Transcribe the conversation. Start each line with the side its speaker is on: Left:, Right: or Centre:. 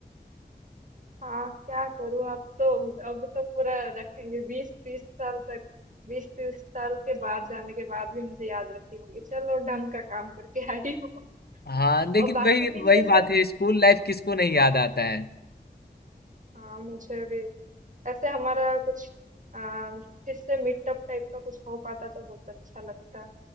Right: हाँ क्या करूँ अब तो अब तो पूरा रखेंगे बीस तीस साल तक बीस तीस साल के बाद जाने के बाद भी मुझे याद रखी होंगी चलो ढंग का काम करके आई हो
Left: हाँ लेकिन
Right: और बाकी
Left: वही
Right: टीचर
Left: वही बात
Right: सब
Left: है स्कूल लाइफ किसको नहीं याद आता है
Right: हाँ मुझे भी ऐसे हमारा कुछ आ, फिर से मीटअप टाइप का कुछ हो पाता तो बहुत अच्छा लगता